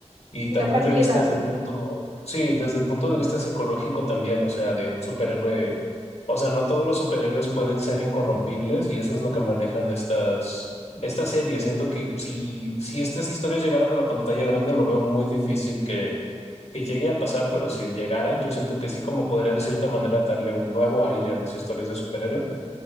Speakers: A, on the left; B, on the right.
A: Y
B: sí,
A: también
B: la fragilidad.
A: es realista desde el punto, sí, desde el punto de vista psicológico también, o sea, de un superhéroe. O sea, no todos los superhéroes pueden ser incorrompibles y eso es lo que manejan estas, estas series. Siento que si, si estas historias llegaran a la pantalla grande, lo veo muy difícil que, que llegue a pasar, pero si llegaran, yo siento que sí, como podría de cierta manera darle un nuevo aire a las historias de superhéroe,